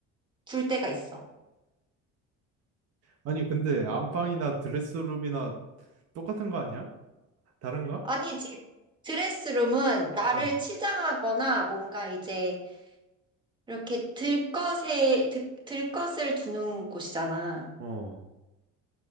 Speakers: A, on the right; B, on the right.
A: 둘 때가 있어.
B: 아니, 근데 안방이나 드레스룸이나 똑같은 거 아니야? 다른가?
A: 아니지. 드레스룸은 나를
B: 어,
A: 치장하거나 뭔가 이제 이렇게 들 것에, 들, 들 것을 두는 곳이잖아.
B: 어,